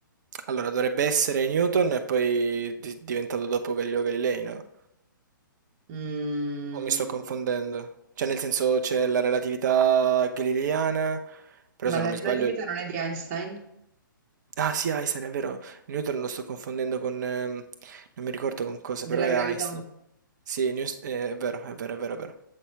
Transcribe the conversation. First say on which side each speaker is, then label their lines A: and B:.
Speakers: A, on the right; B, on the right.
A: Allora, dovrebbe essere Newton e poi di- diventato dopo Galileo Galilei, no?
B: Mm,
A: O mi sto confondendo? Cioè, nel senso, c'è la relatività galileiana, però
B: ma
A: se
B: la
A: non mi
B: relatività
A: sbaglio...
B: non è di Einstein?
A: Ah, sì, Einstein, è vero. Newton lo sto confondendo con... ehm, non mi ricordo con cosa, però
B: Della
A: è
B: gravità?
A: Einstein. Sì, News- eh, è vero, è vero, è vero, è vero.